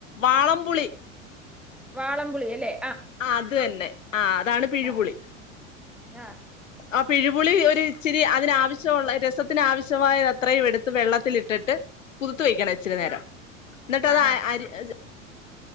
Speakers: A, on the left; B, in the centre.
A: വാളംപുളി
B: വാളംപുളി അല്ലേ
A: ആ അതെന്നെ ആ അതാണ് പിഴുപുളി
B: ആ ആ
A: ആ പിഴുപുളി ഒരു ഇച്ചിരി അതിനാവിശ്യുള്ള രസത്തിന് ആവിശ്യമായ അത്രയും എടുത്ത് വെള്ളത്തിൽ ഇട്ട്
B: ഉ <inaudible>
A: കുദുത്ത് വെയ്ക്കണം ഇച്ചിരി നേരം ന്നട്ട് അത് അ
B: ആ
A: അ രി <unintelligible>